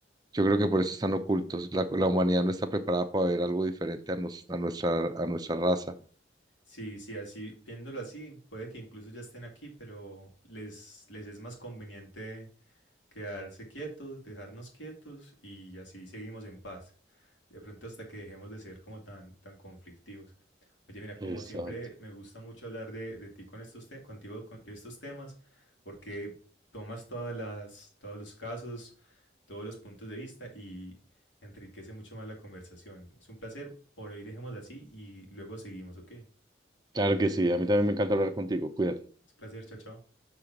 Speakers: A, on the right; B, on the left.
A: Yo creo que por eso están ocultos. La, la humanidad no está preparada para ver algo diferente a, nos- a nuestra, a nuestra raza.
B: Sí, sí, así, viéndolo así, puede que incluso ya estén aquí, pero les, les es más conveniente Quedarse quietos, dejarnos quietos y así seguimos en paz. De pronto hasta que dejemos de ser como tan, tan conflictivos. Oye, mira, como
A: Exacto.
B: siempre me gusta mucho hablar de, de ti con estos te- contigo con- de estos temas, porque tomas todas las, todos los casos, todos los puntos de vista y enriquece mucho más la conversación. Es un placer, por hoy dejemos así y luego seguimos, ¿ok? Es
A: Claro que sí. A mí también me encanta hablar contigo. Cuídate.
B: un placer, chao, chao.